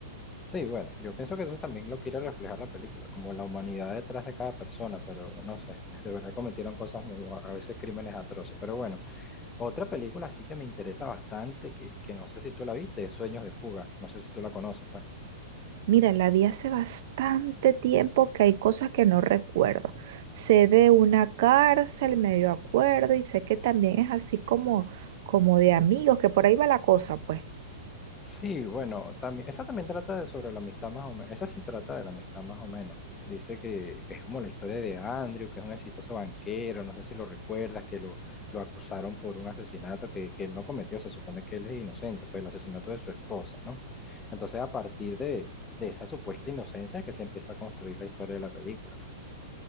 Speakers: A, on the left; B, on the right.
A: Sí, bueno, yo pienso que eso también lo quiere reflejar la película, como la humanidad detrás de cada persona, pero no sé, <laughs> de verdad cometieron cosas, mu- a veces crímenes atroces. Pero bueno, otra película sí que me interesa bastante, que, que no sé si tú la viste, es Sueños de Fuga, no sé si tú la conoces, pues.
B: Mira, la vi hace bastante tiempo que hay cosas que no recuerdo. Sé de una cárcel, medio acuerdo, y sé que también es así como, como de amigos, que por ahí va la cosa, pues.
A: Sí, bueno, también, esa también trata de sobre la amistad más o menos, esa sí trata de la amistad más o menos. Dice que, que es como la historia de Andrew, que es un exitoso banquero, no sé si lo recuerdas, que lo, lo acusaron por un asesinato que, que él no cometió, se supone que él es inocente, pues el asesinato de su esposa, ¿no? Entonces a partir de, de esa supuesta inocencia que se empieza a construir la historia de la película, pues.